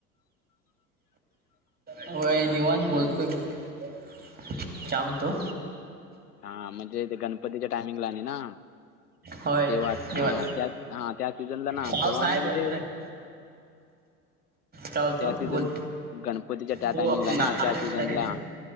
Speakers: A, on the left; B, on the right.
A: <inaudible>
B: होय निवांत
A: हम्म
B: बोलतो, काय म्हणतो.
A: हा म्हणजे ते, गणपतीच्या टाइमिंगला आणि ना.
B: होय
A: तेव्हा
B: निवांत
A: हां त्या, हा त्या सीजनला ना
B: पाऊस
A: तेव्हा
B: आहे
A: आम्ही
B: भरपूर
A: म्हणजे,
B: आहे काय बोलतो
A: त्या सीझन
B: बोल.
A: गणपतीच्या त्या
B: तो
A: टायमिंगला
B: आपला
A: ना, त्या
B: अरे
A: सीझनला
B: उतारे